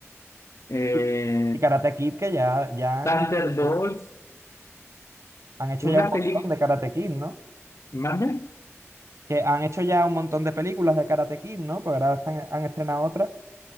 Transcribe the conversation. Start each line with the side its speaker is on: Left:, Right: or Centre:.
Left: eh,
Right: Y y Karate Kid, que ya, ya han
Left: Thunderbolts,
Right: hecho, han hecho
Left: una
Right: ya un montón
Left: película,
Right: de Karate Kid, ¿no?
Left: ¿mande?
Right: Que han hecho ya un montón de películas de Karate Kid, ¿no? Pues ahora están- han estrenado otras.